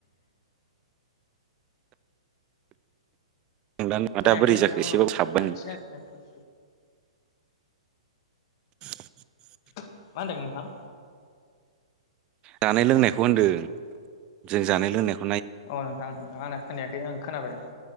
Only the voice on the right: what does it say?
नंदा नङा
दा बोरै
जाखो एसेबाबो
साबबायनो
<inaudible>
जानाय लोंनायखौ होन्दों जों जानाय लोंनायख